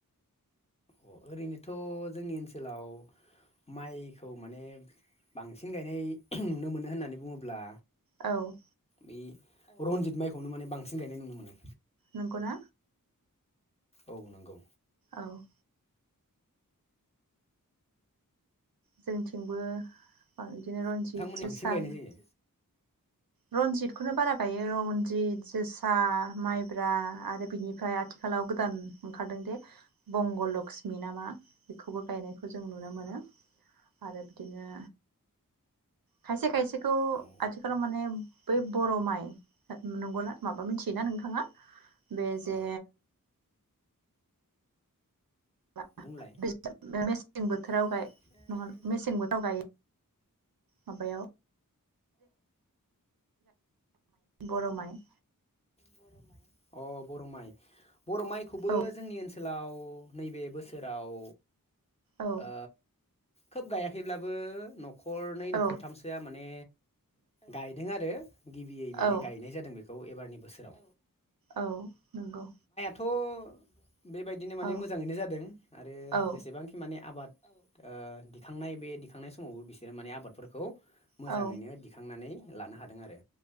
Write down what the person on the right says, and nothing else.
औ
नंगौना
औ जोंथिंबो बांसिन बिदिनो रनजित
जोसा
रनजितखौनो बारा गायो रनजित जोसा माइब्रा आरो बिनिफ्राय आथिखालाव गोदान ओंखारदों दि बंग' लक्षस्मि नामा बेखौबो गायनायखौ जों नुनो मोनो आरो बिदिनो खायसे खायसेखौ
आथिखालाव माने बै बर' माइ नंगौना माबा मिथियोना नोंथाङा बे जे
<unintelligible>
गाय
नङा मेसें बोथोराव गायो माबायाव बर' माइ
औ
औ
औ
औ
औ नंगौ
औ
औ
औ